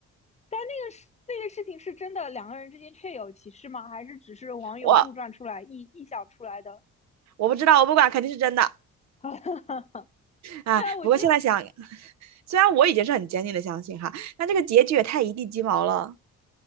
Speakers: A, on the left; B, on the right.
A: 但那个事那个事情是真的，两个人之间确有其事吗？还是只是网友杜撰出来、
B: 我
A: 臆臆想出来的？
B: 我不知道，我不管，肯定是真的。
A: <laughs>
B: 哎，
A: 对啊，我觉得
B: 不过现在想虽然我已经是很坚定的相信哈，但这个结局也太一地鸡毛了。